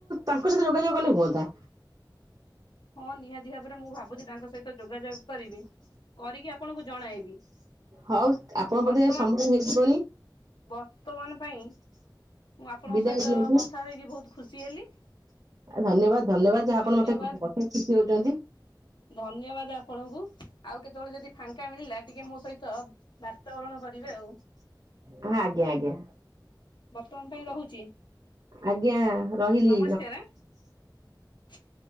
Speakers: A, on the right (about 50°); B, on the left (about 80°).
A: ତାଙ୍କ ସହି ତ ଗଲେ ହୁଅନ୍ତା।
B: ହଁ ନିହାତି ଭାବରେ ମୁଁ ଭାବୁଛି ତାଙ୍କ ସହିତ ଯୋଗାଯୋଗ କରିବି। କରିକି ଆପଣଙ୍କୁ ଜଣାଇବି।
A: ହଉ ଆପଣ
B: ବର୍ତ୍ତମାନ
A: ବୋଧେ ସମୟ ହେଇଯିବଣି
B: ବର୍ତ୍ତମାନ ପାଇଁ ମୁଁ ଆପଣଙ୍କ
A: ବିଦାୟ
B: ସହିତ
A: ଦିଅନ୍ତୁ
B: କଥା ହେଇକି ବହୁତ ଖୁସି ହେଲି।
A: ଧନ୍ୟବାଦ ଧନ୍ୟବାଦ ଯାହା
B: ଧନ୍ୟବାଦ
A: ଆପଣ ମତେ କଥା ଖୁସି ହଉଛନ୍ତି।
B: ଧନ୍ୟବାଦ ଆପଣଙ୍କୁ ଆଉ କେତେବେଳେ ଯଦି ଫାଙ୍କା ମିଳିଲା ଟିକେ ମୋ ସହିତ ବାତାବରଣ କରିବେ। <unintelligible>
A: ହଁ ଆଜ୍ଞା ଆଜ୍ଞା।
B: ବର୍ତ୍ତମାନ ପାଇଁ ରହୁଛି।
A: ଆଜ୍ଞା ରହିଲି
B: ନମସ୍କାର ଆଁ। <inaudible>